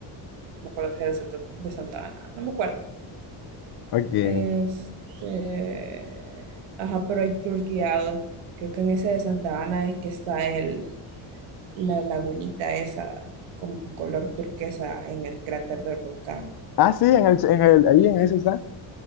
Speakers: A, on the right; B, on the left.
A: No me acuerdo si era el Santo- de Santa Ana. No me acuerdo.
B: Ok.
A: Este, ajá, pero hay tours guiados. Creo que en ese de Santa Ana es que está el, la lagunita esa, como color turquesa en el cráter del volcán.
B: Ah, sí, en el, en el, ahí en ese está.